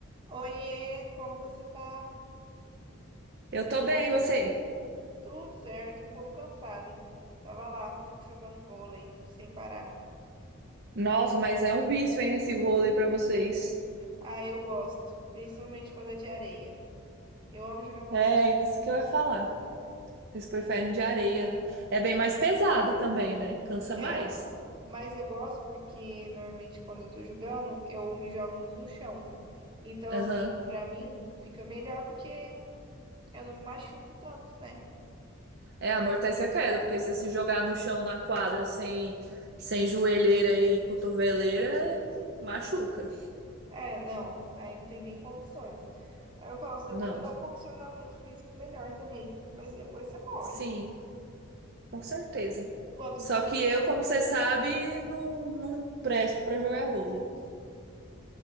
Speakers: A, on the right (about 20°); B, on the right (about 50°).
A: Oiê, como você tá?
B: Eu tô bem, e você?
A: Tudo certo, um pouco cansada. Tava lá jogando vôlei sem parar.
B: Nossa, mas é um vício, hein, esse vôlei pra vocês.
A: Ah, eu gosto, principalmente quando é de areia. Eu amo jogar vôlei
B: É
A: de
B: isso que eu ia falar. Vocês preferem de areia, né? É bem mais pesado também, né? Cansa
A: areia.
B: mais.
A: É, mas eu gosto porque normalmente quando eu tô jogando, eu me jogo muito no chão. Então,
B: Aham.
A: assim, pra mim fica melhor porque eu não me machuco tanto, né?
B: É, amortece a queda, porque se você se jogar no chão, na quadra, sem, sem joelheira e cotoveleira, machuca.
A: É, não, aí não tem nem condições. Aí eu gosto, é
B: Não.
A: bom que dá um condicionamento físico melhor também, mas depois você morre.
B: Sim, com certeza.
A: Quando
B: Só
A: o sangue
B: que eu,
A: esfria.
B: como você sabe, não, não presto pra jogar vôlei.